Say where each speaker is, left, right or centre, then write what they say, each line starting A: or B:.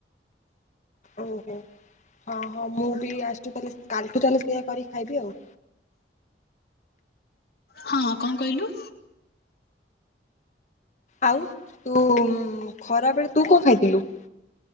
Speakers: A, on the left; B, on the left.
A: ଓହୋ! ହଁ, ହଁ ମୁଁ ବି ଆସିଠୁ ତାହେଲେ କାଲିଠୁ ତାହେଲେ ସେଇୟା କରିକି ଖାଇବି ଆଉ।
B: ହଁ, କଣ କହିଲୁ?
A: ଆଉ ତୁ ଉଁ, ଖରାବେେଳେ ତୁ କଣ ଖାଇଥିଲୁ?